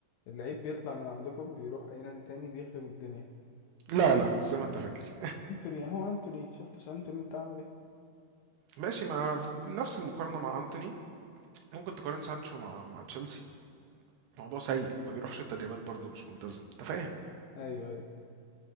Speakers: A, on the left; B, on the right.
A: اللعيب بيطلع من عندكم بيروح أي نادي تاني بيخرب الدنيا
B: لا لا مش زي ما انت فاكر
A: أنتوني هو أنتوني شفتش أنتوني أنت عامل إيه؟
B: ماشي مع نفس المقارنة مع أنتوني ممكن تقارن سانشو مع مع تشيلسي موضوع سيء ما بيروحش التدريبات برضه مش ملتزم انت فاهم
A: أيوه أيوه